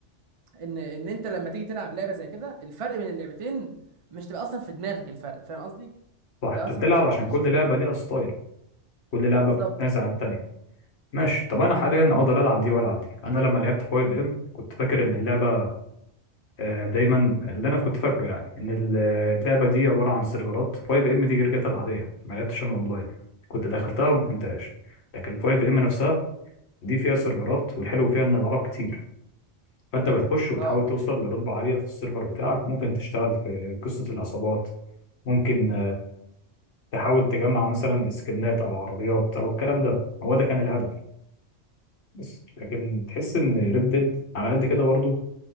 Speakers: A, on the right; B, on the left.
A: ان ان انت لما تيجي تلعب لعبه زي كده الفرق بين اللعبتين مش تبقى اصلا في دماغك الفرق فاهم قصدي
B: صح
A: انت اصلا
B: انت بتلعب
A: مش
B: عشان
A: بتفكرش
B: كل
A: في
B: لعبه
A: كده
B: ليها ستايل كل لعبه
A: بالظبط
B: بتنازع
A: اه
B: عن التانيه ماشي طب انا حاليا اقدر العب دي والعب دي انا لما لعبت 5 ام كنت فاكر ان اللعبه آه، دايما اللي انا كنت فاكره يعني ان ال- اللعبه دي عباره عن سيرفرات 5 ام دي جرجتها العاديه ما لعبتش انا اونلاين كنت دخلتها وما فهمتهاش لكن 5 ام نفسها دي فيها سيرفرات والحلو فيها ان العرب كتير فانت بتخش وتحاول
A: اه
B: توصل لرتبه عاليه في السيرفر بتاعك ممكن تشتغل في قصه العصابات ممكن تحاول تجمع مثلا سكنات او عربيات او الكلام ده هو ده كان الهدف بس لكن تحس ان ريد ديد على قد كده برضو